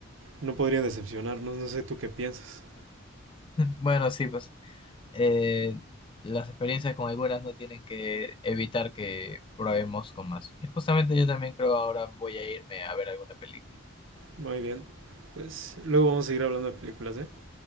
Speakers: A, on the right; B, on the left.
A: no podrían decepcionarnos. No sé tú qué piensas.
B: <laughs> Bueno, sí, pues eh, las experiencias con algunas no tienen que evitar que probemos con más. Y justamente yo también creo ahora voy a irme a ver alguna película.
A: Muy bien. Pues luego vamos a seguir hablando de películas, ¿eh?